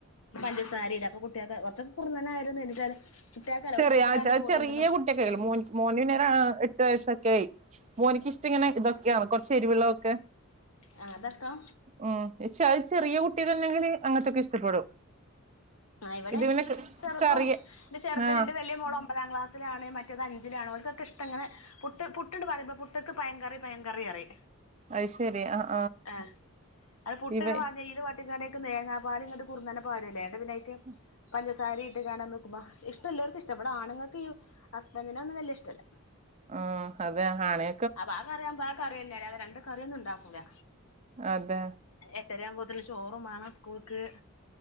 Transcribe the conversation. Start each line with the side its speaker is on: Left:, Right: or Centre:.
Left: പഞ്ചസാരയിട് അപ്പൊ കുട്ടികക്കെ കൊറച്ച കുറന്ന നെ ആയാലും നീണ്ട്ട്ട് ആയാലും. കുട്ടിയക്കല്ല
Right: ചെറിയ
Left: ഓല് പുട്ടാണ്ട്
Right: അത്
Left: <unintelligible>
Right: ചെറിയ മോന് എട്ടു വയസൊക്കെ ആയി മോനിക്കക്ക് ഇഷ്ടം ഇങ്ങെനെ ഇതൊക്കെയാണ് കൊറച്ച് എരിവ് ഉള്ള ഇതൊക്കെ.
Left: ആ അതാ ഇഷ്ടം
Right: മ് ഇച്ചഅയ് ചെറിയ കുട്ടി ങ്കിൽ അങ്ങത്തൊക്കെ ഇഷ്ടപ്പെടും
Left: ആ ഇവിടെ
Right: ഇത് പിന്നെ
Left: ചെറുതും
Right: കറിയ.
Left: എന്റെ ചെറ് തിന
Right: ആഹ്
Left: വലിയ മോള ഒമ്പതാം ക്ലസിലാണ് മറ്റത് അഞ്ചിലാണ് ഒൽക്കൊക്കെ ഇഷ്ടാ ഇങ്ങനെ. പുട്ട് പുട്ടിണ്ട് പറയുമമ്പോ പുട്ടക്ക് പയൻ കറി പയൻ കറി പറി
Right: അത് ശരി ആഹ്
Left: ആഹ് അ പുട്ട്
Right: ഇവ
Left: ഇങ്ങനെ നെയ്യില വാട്ടി തേങ്ങാ പാലങ്ങനെ കുറന്നനെ പാരെല്ലേ എന്നിട്ട് പിന്ന
Right: ഉം
Left: പഞ്ചസാരയിട്ട് കാണാൻ നിക്ക്പ ഇഷ്ടം എല്ലാവർക്ക ഇഷ്ടംവിട ആണുൾക്ക്ഈ അസ്ബൻഡനൊന്നും വല്യഇഷ്ടല്ല
Right: ആ അതെ ആണെ
Left: അപ്പൊ ആ കറിയാവുമ്പോ ആ കറിയന്നെ അല്ലാതെ രണ്ട് കറിയൊന്നും ഉണ്ടാക്കൂല.
Right: അതെ
Left: എട്ടര ആകു പോത്തിന് ചോറും മാണംസ്കൂൾക്ക്